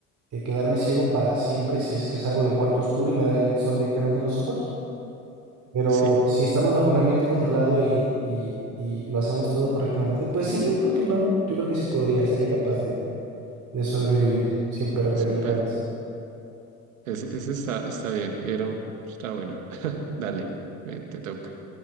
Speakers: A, on the right; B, on the right.
A: eh, quedarme ciego para siempre si es que salgo del cuarto oscuro y me da el sol directamente en los ojos. Pero
B: Sí.
A: si estamos bajo un ambiente controlado y, y- y lo hacemos todo correctamente, pues sí, ¿por qué no? Yo creo que sí podría, sería capaz de, de sobrevivir
B: Ujú,
A: sin perder
B: súper.
A: la cabeza.
B: Ese, ese está, está bien. Y Era, un- está bueno. <laughs> Dale, eh, te toca.